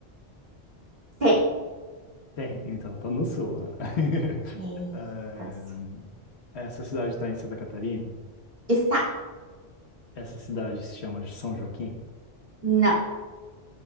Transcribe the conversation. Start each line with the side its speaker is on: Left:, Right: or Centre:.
Right: Tem.
Left: Tem, então, tá no sul, né? <laughs>
Right: Eita,
Left: Ahn, Essa cidade está em Santa Catarina.
Right: está.
Left: Essa cidade se chama São Joaquim.
Right: Não,